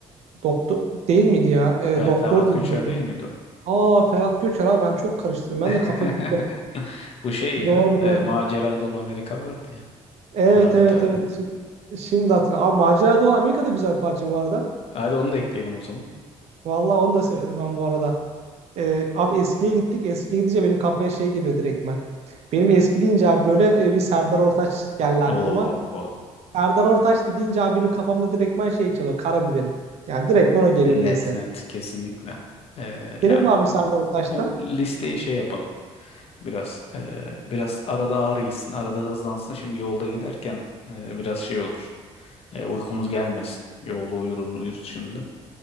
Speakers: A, on the right (about 60°); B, on the left (about 55°).
A: Doktor değil miydi ya? E,
B: Fer
A: doktor
B: Ferhat
A: diye
B: Göçer
A: biliyorum.
B: değil miydi o?
A: Aa Ferhat Göçer abi ben çok karıştırdım.
B: <laughs>
A: Ben de kafa gitti.
B: Bu şey ya.
A: Doğru
B: E,
A: doğru.
B: macera dolu Amerika vardı ya.
A: Evet
B: Rafet
A: evet
B: Erman.
A: evet. Şimdi, şimdi hatırladım. Abi Macera Dolu Amerika'da güzel parça bu arada.
B: Hadi onu da ekleyelim o zaman.
A: Vallahi onu da severim ben bu arada. Ee, abi eskiye gittik. Eskiye gidince benim kafaya şey geliyor direktmen. Benim eski deyince abi böyle e, bir Serdar Ortaç geldi
B: Oo,
A: aklıma. Serdar Ortaç da deyince abi benim kafamda direktmen şey çalıyor. Karabiberim. Yani direktmen o geliyor
B: net
A: niyeyse.
B: net kesinlikle. Ee, ya
A: Senin var mı Serdar Ortaç'ta?
B: bu listeyi şey yapalım biraz. Ee, biraz arada ağrı gitsin, arada hızlansın. Şimdi yolda giderken e, biraz şey olur. E, uykumuz gelmesin. Yolda uyuruz uyuruz şimdi.